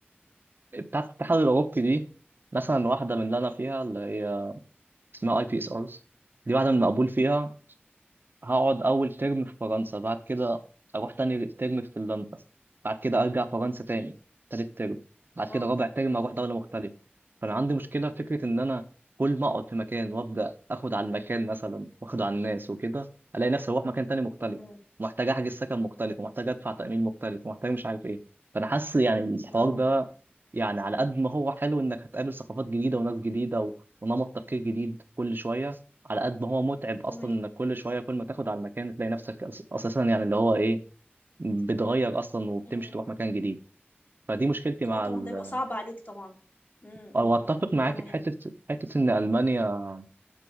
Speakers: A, on the right; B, on the left.
A: بتاعه الاتحاد الاوروبي دي مثلا واحده من اللي انا فيها اللي هي اسمها اي بي اس ارز دي واحده من المقبول فيها هقعد أول ترم في فرنسا بعد كده أروح تاني ترم في فنلندا بعد كده أرجع فرنسا تاني تالت ترم بعد كده
B: اه
A: رابع ترم أروح
B: مم.
A: دولة مختلفة فأنا عندي مشكلة في فكرة إن أنا كل ما أقعد في مكان وأبدأ آخد على المكان مثلا وآخد على الناس وكده ألاقي نفسي أروح مكان تاني مختلف
B: مم.
A: ومحتاج أحجز سكن مختلف ومحتاج أدفع تأمين مختلف ومحتاج مش عارف إيه فأنا حاسس يعني الحوار
B: اه
A: ده يعني على قد ما هو حلو إنك هتقابل ثقافات جديدة وناس جديدة و- ونمط تفكير جديد كل شوية على قد ما هو متعب اصلا
B: تمام
A: انك كل شويه كل ما تاخد على المكان تلاقي نفسك أس- اساسا يعني اللي هو ايه بتغير اصلا وبتمشي
B: مم.
A: تروح مكان جديد فدي مشكلتي مع
B: اه طبعا
A: ال...
B: ده يبقى صعب عليك طبعا مم.
A: او
B: مم.
A: اتفق
B: مم.
A: معاك
B: تمام
A: في حته حته ان المانيا